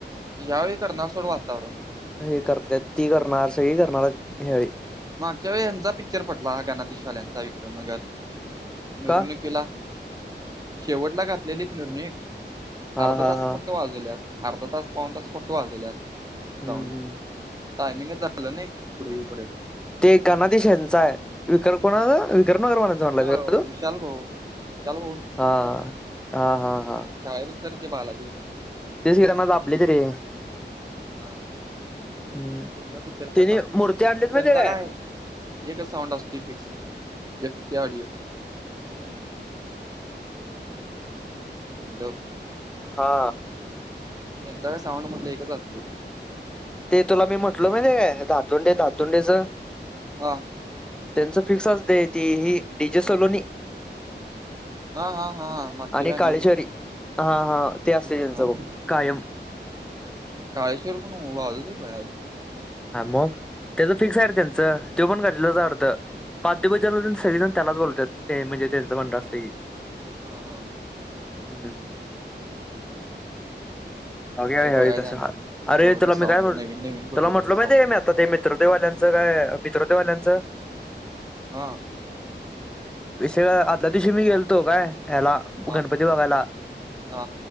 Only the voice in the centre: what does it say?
हे करत्यात, ती करणार. सगळी करणार.. ह्यावेळी
का
हा
हा
हा
हम्म
हम्म
ते गनाधीश ह्याचा आहे, विकर कोणाचा विक्रमनगर मालक जाऊन
आला का तू?
हा.. हा.. हा.. हा
ते शिरा मज आपले करी.
हम्म
त्याने
मूर्ती आणलीत
माहितीये
हम्म
हा
ते तुला मी म्हटलो <inaudible> धातोंडे.. धातोंडेच
त्यांचं फिक्स असतय ते.. हे डी. जे. सलोनी
आणि
काळेश्वरी हा हा ते असतय
त्यांचं
बघ कायम.
हा मग! त्याचं फिक्स आहे रे त्यांचं तो पण गल्लितलाच हाय
वाटतं. पाद्य पूजन म्हणून सगळेजण त्यालाच बोलवत्यात ते म्हणजे त्यांचं मंडळ असंल की.
हम्म. बघूया ह्यावेळी
कसं
ह
अरे
तुला
मी काय म्हटल
तुला म्हटलो
माहिती हाय काय मी आता ते मी मित्रोदे वाल्यांचं काय मित्रदेवाल्यांचं
विषय आदल्या दिवशी मी गेलतो काय ह्याला
गणपती बघायला,